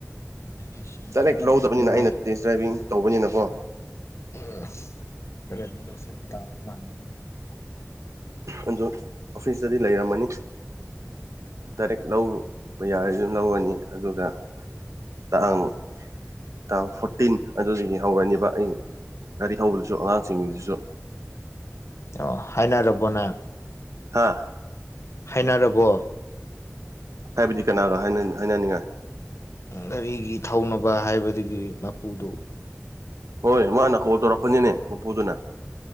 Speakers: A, on the left; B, on the right.
A: ꯑꯗꯨꯅꯦ ꯁꯤ ꯌꯥꯝ
B: ꯗꯥꯏꯔꯦꯛ
A: ꯆꯥꯅꯤꯡꯕꯒꯤ
B: ꯂꯧꯗꯕꯅꯤꯅ
A: ꯃꯣꯏ
B: ꯑꯩꯅ ꯇꯦꯁ ꯗ꯭ꯔꯥꯏꯚꯤꯡ ꯇꯧꯕꯅꯤꯅꯀꯣ
A: ꯎꯝ <unintelligible>
B: ꯑꯗꯨ ꯑꯣꯐꯤꯁꯇꯗꯤ ꯂꯩꯔꯝꯃꯅꯤ ꯗꯥꯏꯔꯦꯛ ꯂꯧ ꯕꯥ ꯌꯥꯔꯗꯤ ꯑꯗꯨꯝ ꯂꯧꯔꯅꯤ ꯑꯗꯨꯒ ꯇꯥꯑꯪ ꯇꯥꯡ ꯐꯣꯔꯇꯤꯟ ꯑꯗꯨꯗꯒꯤ ꯍꯧꯔꯅꯤꯕ ꯑꯩ ꯒꯥꯔꯤ ꯊꯧꯕꯗꯨꯁꯨ ꯑꯉꯥꯡꯁꯤꯡꯒꯤꯗꯨꯁꯨ
A: ꯑꯣ ꯍꯥꯏꯅꯔꯕꯣ ꯅꯥ
B: ꯍꯥꯥ
A: ꯍꯥꯏꯅꯔꯕꯣ
B: ꯍꯥꯏꯕꯗꯤ ꯀꯅꯥꯒ ꯍꯥꯏꯅꯟ ꯍꯥꯏꯅꯅꯤꯡꯉꯥꯏ
A: ꯒꯤꯔꯤꯒꯤ ꯊꯧꯅꯕ ꯍꯥꯏꯕꯗꯨꯒꯤ ꯃꯄꯨꯗꯨ
B: ꯍꯣꯏ ꯃꯥꯅ ꯀꯣꯜ ꯇꯧꯔꯛꯄꯅꯤꯅꯦ ꯃꯄꯨꯗꯨꯅ